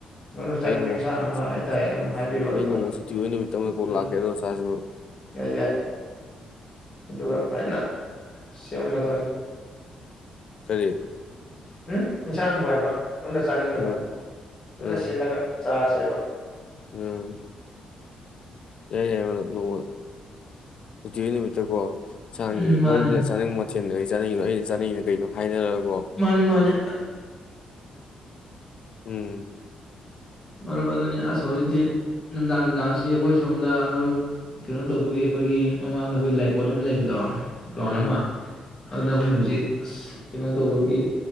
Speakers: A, on the left; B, on the left.
A: ꯅꯪꯅ ꯆꯥꯅꯤꯡꯕ
B: ꯑꯩ ꯅꯣꯡꯃ
A: ꯏꯟꯁꯥꯡ
B: ꯁꯨꯇꯤ
A: ꯑꯃ
B: ꯁꯨꯇꯤ
A: ꯍꯥꯏꯇꯥꯔꯦ ꯑꯗꯨꯝ ꯍꯥꯏꯕꯤꯔꯛꯑꯣ
B: ꯑꯩ
A: ꯑꯗꯨꯒ
B: ꯅꯣꯡꯃ ꯁꯨꯇꯤ ꯑꯣꯏ ꯅꯨꯃꯤꯠ ꯑꯃꯗ ꯀꯣꯛ
A: ꯎꯝ
B: ꯂꯥꯛꯀꯦ ꯑꯗꯨꯒ ꯆꯥꯁꯤꯕꯣ
A: ꯌꯥꯏ ꯌꯥꯏ ꯑꯗꯨꯒ ꯐꯖꯅ ꯁꯦꯝꯃꯗꯣꯏꯅꯤ
B: ꯀꯔꯤ
A: ꯎꯝ ꯏꯟꯁꯥꯡꯕꯨ ꯍꯥꯏꯕ ꯁꯣꯝꯗ ꯆꯥꯅꯤꯡꯕꯗꯣ
B: ꯎꯝ
A: ꯐꯖꯅ
B: ꯎꯝ
A: ꯁꯦꯠꯂꯒ ꯆꯥꯔꯖ ꯖꯦꯕ
B: ꯎꯝ ꯌꯥꯏꯌꯦ ꯌꯥꯏꯌꯦ ꯃꯔꯨꯞ ꯅꯣꯡꯃ ꯇꯤ ꯂꯩꯕꯥ ꯅꯨꯃꯤꯠꯇ ꯀꯣ ꯑꯦꯟꯁꯥꯡꯒꯤ
A: ꯎꯝ ꯃꯥꯅꯦ
B: ꯃꯔꯨꯞꯅ ꯆꯥꯅꯤꯡꯕ ꯃꯊꯦꯜꯗꯣ ꯑꯩ ꯆꯥꯅꯅꯣ ꯑꯩꯅ ꯆꯥꯅꯤꯡꯉꯤꯅ ꯀꯩꯅꯣ ꯍꯥꯏꯅꯔꯒ
A: ꯃꯥꯅꯤ- ꯃꯥꯅꯤ꯫
B: ꯎꯝ꯫
A: ꯃꯔꯨꯞ ꯑꯗꯨꯅꯤ ꯑꯁ ꯍꯧꯖꯤꯛꯇꯤ ꯅꯨꯡꯗꯥꯡ ꯅꯨꯡꯗꯥꯡꯁꯤ ꯑꯩꯈꯣꯏ ꯁꯣꯝꯗ ꯃꯔꯨꯞ ꯀꯩꯅꯣ ꯇꯧꯕꯒꯤ ꯑꯩꯈꯣꯏꯒꯤ ꯃꯃꯥꯡꯗ ꯑꯩꯈꯣꯏ ꯂꯥꯏꯀꯣꯜ ꯑꯃ ꯂꯩꯕꯗꯣ ꯀꯥꯎꯅꯃ
B: ꯎꯝ
A: ꯑꯗꯨꯗ ꯑꯩꯈꯣꯏ ꯍꯧꯖꯤꯛ ꯑꯁ ꯀꯩꯅꯣ ꯇꯧꯕꯒꯤ